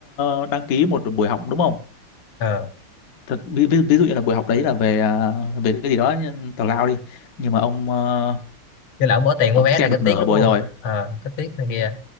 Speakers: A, on the left; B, on the left.
A: ờ, đăng ký một buổi học đúng không
B: ờ
A: Thật, ví, ví, ví dụ như là buổi học đấy là về ờ, về cái gì đó như tào lao đi nhưng mà ông ờ,
B: cái lão bỏ tiền
A: ông
B: mua vé
A: xem
B: này có
A: được nửa
B: tiếc đúng
A: buổi
B: không
A: rồi
B: ờ có tiếc này kia